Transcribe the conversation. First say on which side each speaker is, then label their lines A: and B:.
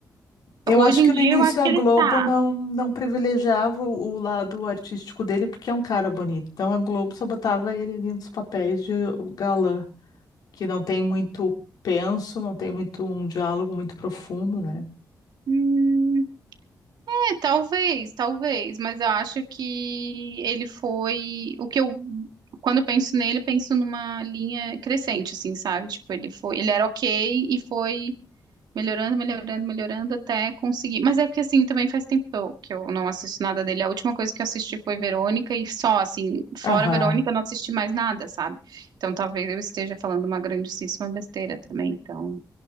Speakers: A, on the left; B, on the right.
A: Eu
B: Hoje
A: acho que
B: em dia,
A: no início
B: eu acho
A: a
B: que
A: Globo
B: ele tá.
A: não, não privilegiava o lado artístico dele, porque é um cara bonito. Então a Globo só botava ele ali nos papéis de galã, que não tem muito penso, não tem muito um diálogo muito profundo, né?
B: Hum, é, talvez, talvez, mas eu acho que ele foi o que eu quando eu penso nele, eu penso numa linha crescente, assim, sabe? Tipo, ele foi, ele era ok e foi Melhorando, melhorando, melhorando até conseguir. Mas é porque assim, também faz tempo que eu, que eu não assisto nada dele. A última coisa que eu assisti foi Verônica e só, assim, fora
A: Aham.
B: Verônica, eu não assisti mais nada, sabe? Então talvez eu esteja falando uma grandíssima besteira também. Então